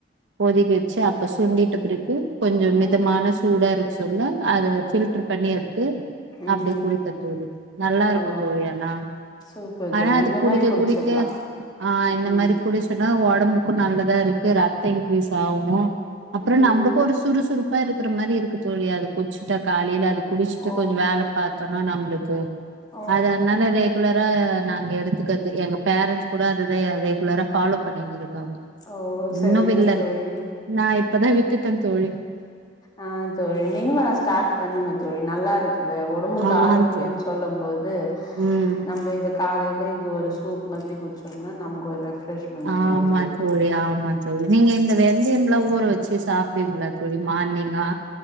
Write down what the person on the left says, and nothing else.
ம்
ம்
ஓ
சூப்பர்
தோழி
இந்த
மாரி குடிச்சிக்கலா
ம்
ம்
ம்
ஓ
ஓ
ஓ செரிங்க
தோழி
ஆ தோழி நீங்களு ஸ்டார்ட் பண்ணுங்க தோழி நல்லா இருக்குது உடம்புக்கு
ஆரோக்கியன்னு சொல்லும் போது
நம்ம இத காலையையில இது ஒரு சூப் மாதிரி குடிச்சோம்னா நமக்கு ஒரு ரெஃப்ரெஷ்மெண்ட்
மாதிரி இருக்கு